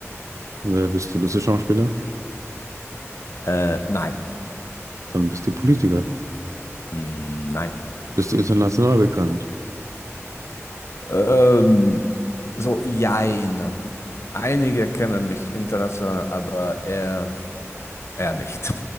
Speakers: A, on the right; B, on the left.
A: Wer bist du? Bist du Schauspieler?
B: Äh, nein.
A: Dann bist du Politiker.
B: Mm, nein.
A: Bist du international bekannt?
B: Ähm, so, jein. Einige kennen mich international, aber er, er nicht.